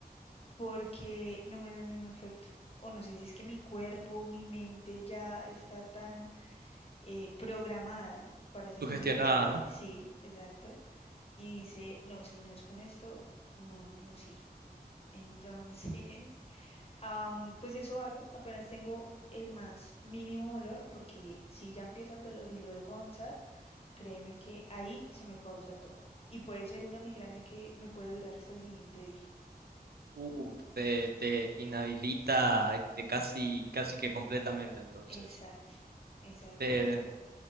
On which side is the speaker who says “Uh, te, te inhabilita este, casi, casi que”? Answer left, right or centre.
Right